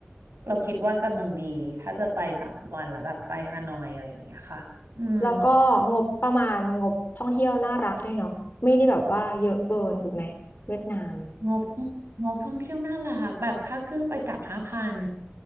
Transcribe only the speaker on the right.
เราคิดว่ากำลังดีถ้าจะไปสามวันแล้วแบบไปฮานอยอะไรอย่างเงี้ยค่ะอืม
งบงบท่องเที่ยวน่ารักแบบค่าเครื่องไปกลับห้าพัน